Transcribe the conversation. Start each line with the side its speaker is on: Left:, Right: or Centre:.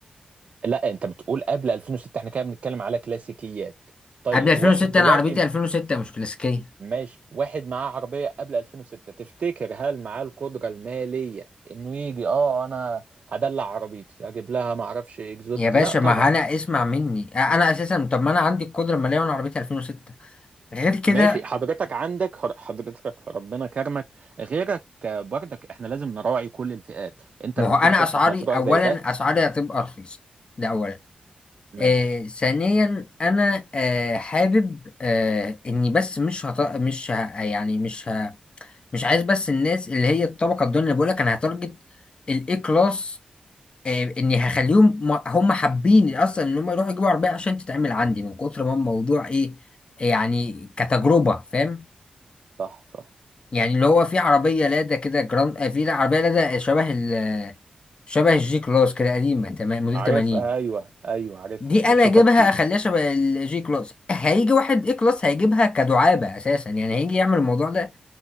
Right: لا انت بتقول قبل 2006 احنا كده بنتكلم على كلاسيكيات طيب
Left: قبل 2006
Right: واحد دلوقتي
Left: انا عربيتي 2006 مش كلاسيكيه
Right: ماشي واحد معاه عربية قبل 2006 تفتكر هل معاه القدرة المالية انه يجي اه انا هدلع عربيتي اجيب لها ما اعرفش اكزوست
Left: يا باشا
Right: لا طبعا
Left: ما انا اسمع مني انا اساسا طب ما انا عندي القدره الماليه وانا عربيتي 2006 غير كده
Right: ماشي حضرتك عندك حر- حضرتك ربنا كرمك غيرك آه، برضك احنا لازم نراعي كل الفئات انت
Left: ما
Right: لما
Left: هو انا
Right: تيجي تفتح
Left: اسعاري
Right: مشروع
Left: اولا
Right: زي ده
Left: اسعاري هتبقى رخيصه ده اولا
Right: ماشي
Left: آه ثانيا انا آه حابب آه اني بس مش هط... مش ه... يعني مش ه... مش عايز بس الناس اللي هي الطبقه الدنيا اللي بقول لك انا هتارجت الاي كلاس آه اني هخليهم م- هم حابين اصلا ان هم يروحوا يجيبوا عربيه عشان تتعمل عندي من كتر ما الموضوع ايه يعني كتجربه فاهم
Right: صح صح
Left: يعني اللي هو في عربية لادا كده جراند افيلا عربية لادا شبه ال شبه الجي كلاس كده قديمة تمام موديل
Right: عارفها
Left: 80
Right: ايوه ايوه عارفها
Left: دي
Right: بشوفها
Left: انا اجيبها
Right: كتير
Left: اخليها شبه الجي كلاس هيجي واحد اي كلاس هيجيبها كدعابة اساسا يعني هيجي يعمل الموضوع ده